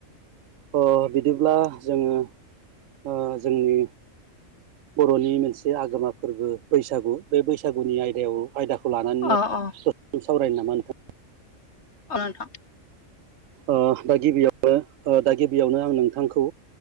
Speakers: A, on the right; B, on the left.
A: आं बिदिब्ला जोङो ओ जोंनि बर'नि मोनसे आगोमा फोरबो बैसागु बे बैसागुनि आयदायाव आयदाखौ लानानैनो
B: अ अ
A: सावरायनो नामा नोंथां
B: अ नोंथां
A: ओ दा गिबियावनो ओ दा गिबियावनो आं नोंथांखौ